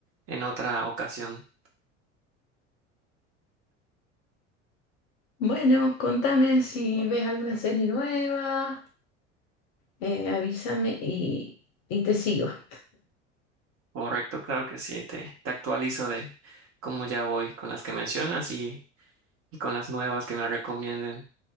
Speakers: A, on the right (about 35°); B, on the left (about 45°).
A: en otra ocasión.
B: Bueno, contame si ves alguna serie nueva, eh, avísame y, y te sigo. <laughs>
A: Correcto, claro que sí. Te, te actualizo de cómo ya voy con las que mencionas y, y con las nuevas que me recomienden.